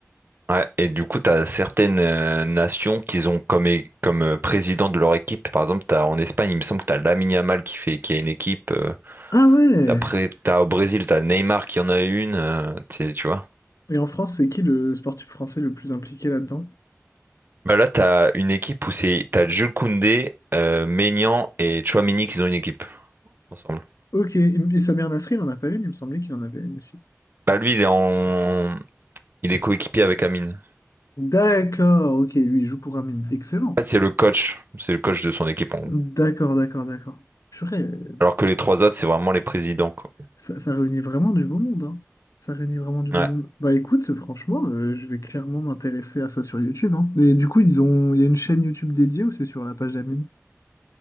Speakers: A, on the right; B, on the left.
A: Ouais, et du coup, tu as certaines euh, nations qui ont comme, é- comme euh, président de leur équipe. Par exemple, t'as, en Espagne, il me semble que tu as Lamine Yamal qui fait, qui a une équipe. euh,
B: Ah ouais!
A: après, tu as au Brésil, tu as Neymar qui en a une. euh, tu tu vois.
B: Et en France, c'est qui le sportif français le plus impliqué là-dedans?
A: Bah là, tu as une équipe où c'est, tu as Jules Koundé, euh, Maignan et Tchouaméni qui ont une équipe ensemble.
B: Ok, et Samir Nasri, il en a pas une, il me semblait qu'il en avait une aussi.
A: Bah lui, il est en... il est coéquipier avec Amine.
B: D'accord, ok, lui, il joue pour Amine. Excellent.
A: En fait, c'est le coach. C'est le coach de son équipe, en gros.
B: D'accord, d'accord, d'accord. Purée, euh,
A: Alors que les trois autres, c'est vraiment les présidents, quoi.
B: ça, ça réunit vraiment du beau monde, hein. Ça réunit vraiment du beau
A: Ouais.
B: monde. Bah écoute, franchement, euh, je vais clairement m'intéresser à ça sur YouTube, hein. Et du coup, ils ont... il y a une chaîne YouTube dédiée ou c'est sur la page d'Amine?